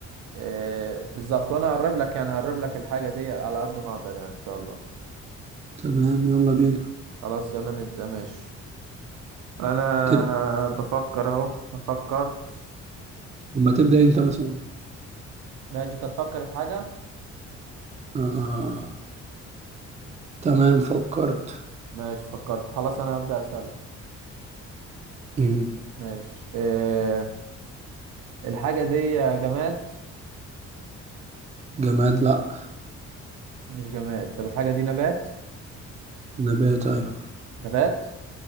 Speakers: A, on the right; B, on the right.
A: إيه بالظبط وأنا هقرب لك يعني هقرب لك الحاجة دي على قد ما أقدر يعني إن شاء الله
B: تمام يلا بينا
A: خلاص يلا نبدأ ماشي انا
B: تب...
A: بفكر اهو فكرت
B: لما تبدأ انت مثلا
A: ماشي أنت تفكر في حاجة
B: آه... تمام فكرت
A: ماشي فكرت خلاص أنا هبدأ أسألك
B: مم.
A: ماشي إيه الحاجة دي جماد
B: جماد لا
A: مش جماد طب الحاجة دي نبات
B: نبات ايوه
A: نبات